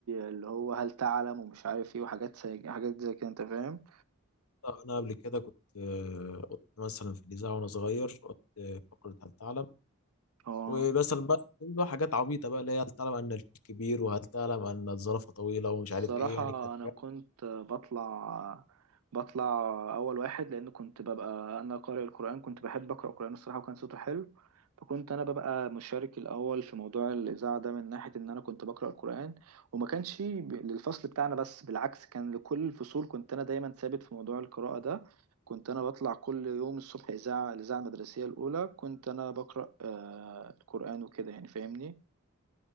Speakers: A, on the right; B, on the left.
A: اللي هو هل تعلم ومش عارف ايه وحاجات زي حاجات زي كده انت فاهم
B: لا، أنا قبل كده كنت آه، كنت مثلا في الإذاعة وأنا صغير كنت آه، فقرة هل تعلم
A: اه
B: ومثلا بقى بقى حاجات عبيطة بقى اللي هي هل تعلم أن الفيل كبير وهل تعلم أن الزرافة طويلة ومش
A: الصراحة
B: عارف إيه يعني كانت
A: أنا
B: حاجات
A: كنت بطلع بطلع أول واحد لأن كنت ببقى أنا قارئ القرآن كنت بحب أقرأ القرآن الصراحة وكان صوته حلو فكنت أنا ببقى مشارك الأول في موضوع الإذاعة ده من ناحية إن أنا كنت بقرأ القرآن وما كانش ب- للفصل بتاعنا بس بالعكس كان لكل الفصول كنت أنا دايما ثابت في موضوع القراءة ده كنت أنا بطلع كل يوم الصبح إذاعة الإذاعة المدرسية الأولى كنت أنا بقرأ آه، القرآن وكده يعني فاهمني